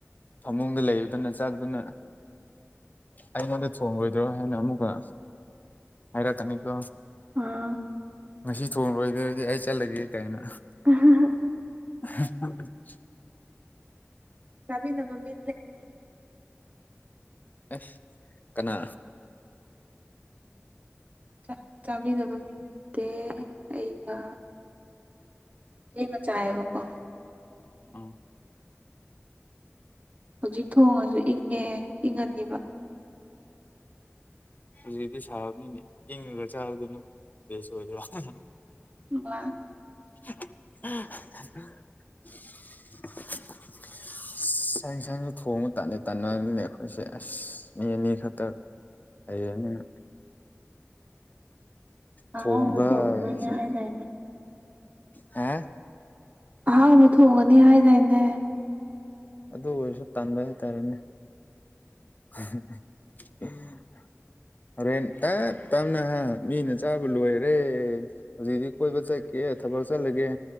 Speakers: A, on the left (about 40°); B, on the right (about 30°).
A: ꯐꯃꯨꯡꯗ ꯂꯩꯕꯗꯨꯅ ꯆꯥꯛꯗꯨꯅ ꯑꯩꯉꯣꯟꯗ ꯊꯣꯡꯉꯣꯏꯗ꯭ꯔꯣ ꯍꯥꯏꯅ ꯑꯃꯨꯛꯀ ꯍꯥꯏꯔꯛꯀꯅꯤꯀꯣ
B: ꯑꯥ
A: ꯉꯁꯤ ꯊꯣꯡꯡꯂꯣꯏꯗꯔꯗꯤ ꯑꯩ ꯆꯠꯂꯒꯦ ꯀꯥꯏꯅ
B: <unintelligible>
A: <unintelligible>
B: ꯇꯥꯕꯤꯅ ꯃꯤ <unintelligible>
A: ꯑꯁ ꯀꯅꯥ
B: ꯆꯥꯛ ꯆꯥꯕꯤꯅꯕ ꯃꯤ ꯂꯩꯇꯦ ꯑꯩꯒ ꯊ‌ꯦꯡꯅ ꯆꯥꯏꯑ‌ꯦꯕꯀꫭ
A: ꯎꯝ
B: ꯍꯧꯖꯤꯛ ꯊꯣꯡꯉꯁꯨ ꯏꯪ ꯅꯦ ꯏꯪꯉꯅꯤꯕ
A: ꯍꯧꯖꯤꯛꯇꯤ ꯁꯥꯕꯅꯤꯅ ꯏꯪꯉꯒ ꯆꯥꯕꯗꯨꯅ ꯕꯦꯁ ꯑꯣꯏꯗ꯭ꯔꫭ
B: ꯋꯥ <unintelligible>
A: ꯎ ꯊ <unintelligible>
B: <inaudible>
A: ꯑꯁ ꯆꯥꯛ ꯏꯟꯁꯥꯡꯗꯣ ꯊꯣꯡꯕ ꯇꯟꯗꯤ ꯇꯥꯟꯅꯅꯦ ꯑꯩꯈꯣꯏꯁꯦ ꯑꯁ ꯃꯤ ꯑꯅꯤ ꯈꯛꯇ ꯂꯩꯔꯃꯤꯅ
B: ꯑꯍꯥꯎꯕ
A: ꯊ‌ꫭꯡꯕ‌ꯍꯥꯏꯁ‌ꯦ
B: <unintelligible>
A: ꯍꯥ
B: ꯑꯍꯥꯎꯕ ꯊꯣꯡꯉꯅꯤ ꯍꯥꯏꯗꯥꯏꯅꯦ
A: ꯑꯗꯨ ꯑꯣꯏꯔꯁꯨ ꯇꯟꯕꯥ ꯍꯥꯏꯇꯥꯔꯦꯅꯦ <unintelligible> ꯍꯣꯔꯦꯟ ꯇꯞ ꯇꯞꯅ ꯃꯤꯅ ꯆꯥꯕ ꯂꯣꯏꯒꯔ‌ꯦ ꯍꯧꯖꯤꯛꯗꯤ ꯀꯣꯏꯕꯥ ꯆꯠꯀꯦ ꯊꯥꯕꯥꯛ ꯆꯠꯂꯥꯒꯦ